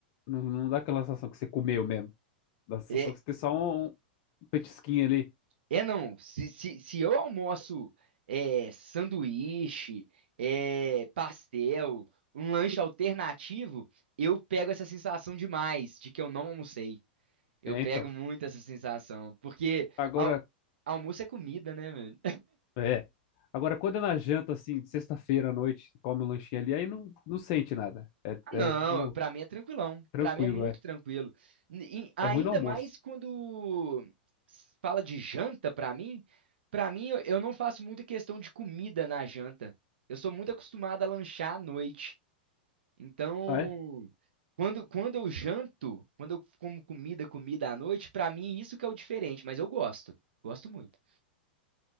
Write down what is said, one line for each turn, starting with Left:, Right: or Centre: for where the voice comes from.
Left: Não, não dá aquela sensação que você comeu mesmo. Dá a sensação
Right: É,
Left: que você tem só um, um petisquinho ali.
Right: é não, se, se, se eu almoço é, sanduíche, é, pastel, um lanche alternativo, eu pego essa sensação demais de que eu não almocei. Eu
Left: É,
Right: pego
Left: então.
Right: muito essa sensação, porque
Left: Agora,
Right: al- almoço é comida, né, mano?
Left: é. Agora, quando é na janta, assim, de sexta-feira à noite, come um lanchinho ali, aí não, não sente nada. É,
Right: Ah, Não,
Left: é tipo,
Right: pra mim é tranquilão.
Left: tranquilo,
Right: Pra mim é muito
Left: é.
Right: tranquilo. E ainda
Left: É ruim no almoço.
Right: mais quando se fala de janta, pra mim, para mim eu eu não faço muita questão de comida na janta. Eu sou muito acostumado a lanchar à noite. Então,
Left: Ah, é?
Right: quando, quando eu janto, quando eu como comida, comida à noite, pra mim isso que é o diferente, mas eu gosto. Gosto muito.